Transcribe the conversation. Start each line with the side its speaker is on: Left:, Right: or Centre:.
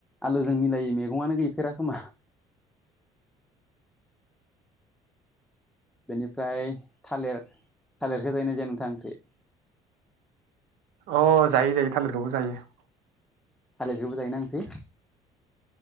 Centre: आलुजों मिलायि मैगंआनो गै फेर खोमा बेनिफ्राय थालेर थालेरखौ जायो ना जाया नोंथाङा ओंख्रि?
Right: अ जायो जायो थालेरखौबो जायो ।
Centre: थालेरखौबो जायो ना ओंख्रि?